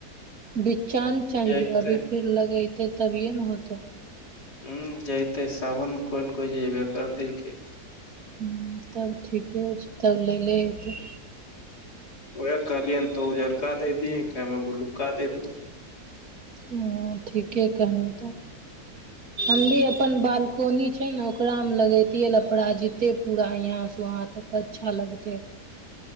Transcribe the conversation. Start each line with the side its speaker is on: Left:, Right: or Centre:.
Right: बिचान चाहिए
Left: जैते
Right: अभी फिर लगेते तबिये ने होते
Left: हम जेतै सावन कोई ने कोई जैसे करतै की
Right: हुँ तब ठीके छै तब लै ले अयतै
Left: ओह कहलिय तो उजरका दे दीहे हम बुलूका दे दबय
Right: ह ठीके कहनी तब
Left: ह <inaudible>
Right: हम भी अपन बालकोनी छै ने ओकरा मे लगैतियै अपराजिता पूरा यहाँ से वहाँ तक अच्छा लगतै